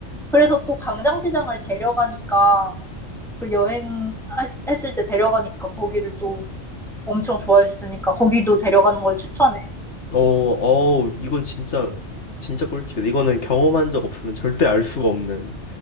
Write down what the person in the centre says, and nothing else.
그래서 또 광장시장을 데려가니까 그 여행했을 때 데려가니까 거기를 또 엄청 좋아했으니까 거기도 데려가는 걸 추천해.